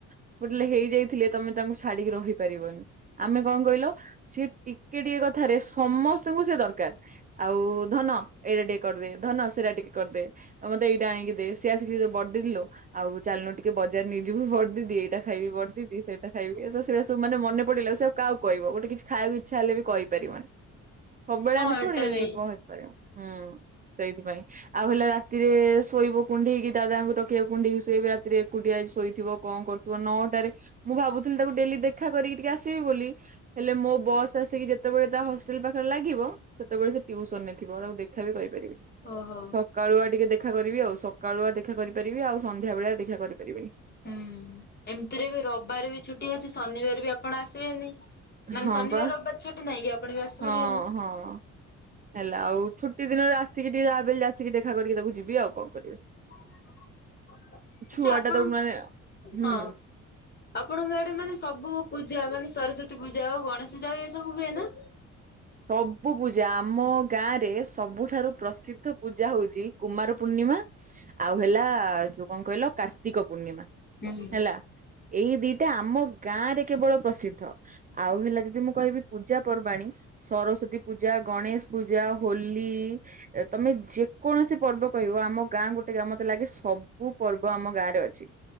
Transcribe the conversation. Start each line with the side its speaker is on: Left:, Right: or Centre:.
Right: <unintelligible> ହେଇଯାଇଥିଲେ ତମେ ତାଙ୍କୁ ଛାଡିକି ରହିପାରିବନି। ଆମେ କଣ କହିଲ? ସିଏ ଟିକେ ଟିକେ କଥ୍ ଥରେ ସମସ୍ତଙ୍କୁ ସେ ଦର୍ କାର୍ ଆଉ ଧନ ଏଇଟା ଟିକେ କରିଦେ। ଧନ ସେଇଟା ଟିକେ କରିଦେ। ମତେ ଏଇଟା ଆଣିକି ଦେ। ସେ ଆସିକି ବଡଦିଦିଲୋ ଆଉ ଚାଲୁନୁ ଟିକେ ବଜାର ନେଇ ଯିବୁ। ବଡଦିଦି? ଏଟା ଖାଇବି ବଡଦିଦି ସେଇଟା ଖାଇବି ଏବେ ତ ସେଟା ସବୁ ମାନ ମନେ? ପଡିଲା ସେ ଆଉ କାହାକୁ କହିବ? ଗୋଟେ କିଛି ଖାଇଆକୁ ଇଚ୍ଛା ହେଲେ ବି କହିପାରିବନି। ସବୁବେଳେ
Left: ହଁ
Right: ଆମେ
Left: ଏଟା
Right: ଥୋଡିନା
Left: ବି।
Right: ଯାଇଙ୍କି ପହଞ୍ଚି ପାରିବା। ହୁଁ ସେଇଥିପାଇଁ। ଆଉ ହେଲା ରାତିରେ ଶୋଇବୁ କୁଣ୍ଡେଇକି ଦାଦାଙ୍କୁ ତକିଆକୁ କୁଣ୍ଡେଇକି ଶୋଇବେ। ରାତିରେ ଏକୁଟିଆ ଶୋଇଥିବ କଣ କରୁ ଥିବ ନଅଟାରେ ମୁଁ ଭାବୁଥିଲି ତାକୁ ଡେଲି ଦେଖା କରିକି ଟିକେ ଆସିବି ବୋଲି ହେଲେ ମୋ ବସ୍ ଆସିକି ଯେତେବେଳେ ତା ହଷ୍ଟେଲ ପାଖରେ ଲାଗିବ, ସେତେବେଳେ ସେ ଟିୟୁସନରେ ଥିବ ତାକୁ ଦେଖା ବିି କରି
Left: ଓହୋ।
Right: ସକାଳୁଆ ଟିକେ ଦେଖ୍ ଦେଖା କରିବି ଆଉ ସକାଳୁଆ ଦେଖା କରିପାରିବି। ଆଉ ସନ୍ଧ୍ୟାବେଳିଆ ଦେଖା କରିପାରିବିନି।
Left: ହୁଁ। ଏମିତିରେ ବି ରବବାର ବି ଛୁଟି ଅଛି। ଶନିବାର ବି ଆପଣ ଆସିବେନି। ମାନେ
Right: ହଁ
Left: ଶନିବାର
Right: ବା
Left: ରବିବାର ଛୁଟି ନାହିଁ କି ଆପଣ ବି ଆସିପାରିବେନି
Right: ହଁ ହଁ ହେଲା ଆଉ ଛୁଟି ଦିନରେ ଆସିକି ଟିକେ ଯାହାବି ହେଲେ ଆସିକି ଦେଖ୍ ଦେଖା କରିକି ତାକୁ ଯିବି ଆଉ କଣ କରିବି?
Left: ଆଚ୍ଛା
Right: ଛୁଆ
Left: ଆପଣଙ୍କ
Right: ଟା ତାକୁ ମାନେ ହୁଁ।
Left: ହଁ ଆପଣଙ୍କ ଆଡେ ମାନେ ସବୁ ପୂଜା ମାନେ? ସରସ୍ଵତୀ ପୂଜା ହଉ ଗଣେଶ ପୂଜା ହଉ ଏ ସବୁ ହୁଏ ନା?
Right: ସବୁ ପୂଜା ଆମ ଗାଁରେ ସ୍ ସବୁଠାରୁ ପ୍ରସିଦ୍ଧ ପୂଜା ହେଉଛି କୁମାର ପୂର୍ଣ୍ଣିମା ଆଉ ହେଲା-ଆ-ଆ ଯୋଉ କଣ କହିଲ କାର୍ତ୍ତିକ ପୂର୍ଣ୍ଣିମା।
Left: ହୁଁ।
Right: ହେଲା। ଏଇ ଦିଟା ଆମ ଗାଁ ରେ କେବଳ ପ୍ରସିଦ୍ଧ ଆଉ ହେଲା ଯଦି ମୁଁ କହିବି ପୂଜା ପର୍ବାଣୀ ସରସ୍ଵତୀ ପୂଜା, ଗଣେଶ ପୂଜା, ହୋଲି-ଇ-ଇ ତମେ ଯେକୌଣସି ପର୍ବ କହିବ ଆମ ଗାଁ ଗୋଟେ ଆ ମତେ ଲାଗେ ସବୁ ପର୍ବ ଆମ ଗାଁ ରେ ଅଛି।